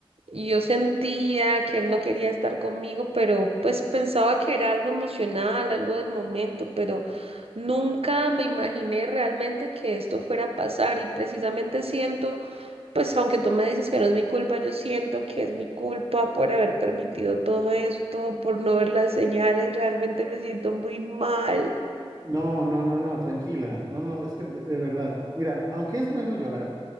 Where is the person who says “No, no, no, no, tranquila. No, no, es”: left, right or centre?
Right